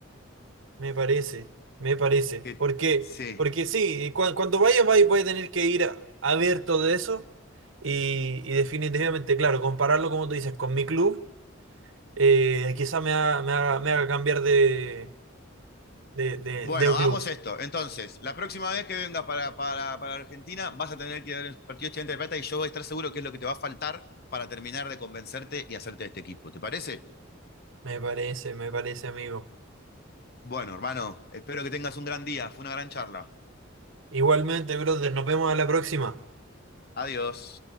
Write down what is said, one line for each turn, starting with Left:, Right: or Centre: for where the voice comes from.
Right: Me parece, me parece.
Left: que
Right: Porque,
Left: sí.
Right: porque sí, cua- cuando vayas, vais, voy a tener que ir a, a ver todo eso. Y, y definitivamente, claro, compararlo, como tú dices, con mi club, eh, quizá me haga, me haga, me haga cambiar de, de, de,
Left: Bueno,
Right: de
Left: hagamos
Right: club.
Left: esto. Entonces, la próxima vez que vengas para, para, para Argentina, vas a tener que ir al partido estudiante de plata y yo voy a estar seguro que es lo que te va a faltar para terminar de convencerte y hacerte de este equipo. ¿Te parece?
Right: Me parece, me parece, amigo.
Left: Bueno, hermano, espero que tengas un gran día. Fue una gran charla.
Right: Igualmente, brother, nos vemos a la próxima.
Left: Adiós.